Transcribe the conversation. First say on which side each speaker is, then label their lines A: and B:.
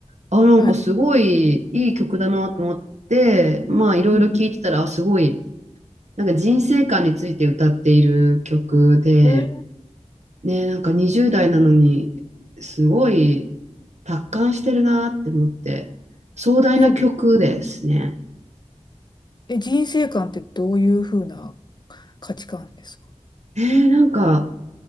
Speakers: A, on the right; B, on the left.
A: あ、なんかすごいいい曲だなと思って、
B: い。はい。
A: まあいろいろ聞いてたら、
B: うんうん
A: あすごい、なんか人生観について歌っている曲で、
B: え、
A: ね、なんか20代なのに、すごい達観してるなって思って、壮大な曲ですね。
B: え、じえ人生観ってどういうふうな価値観ですか
A: えー、なんか